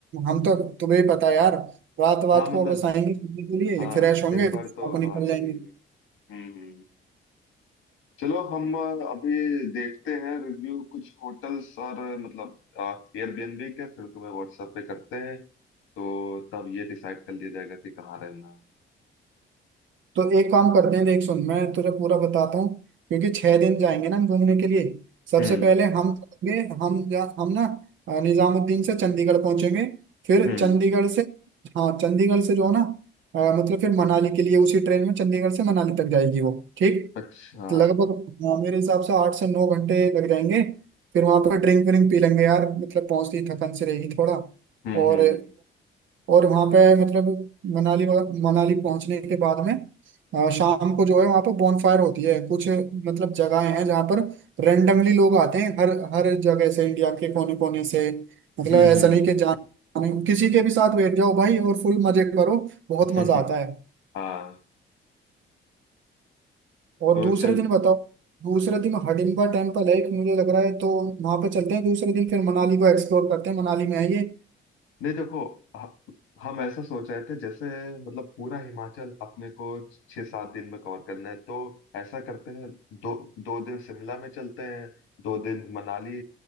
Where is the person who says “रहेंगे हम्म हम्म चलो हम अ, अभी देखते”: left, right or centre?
Left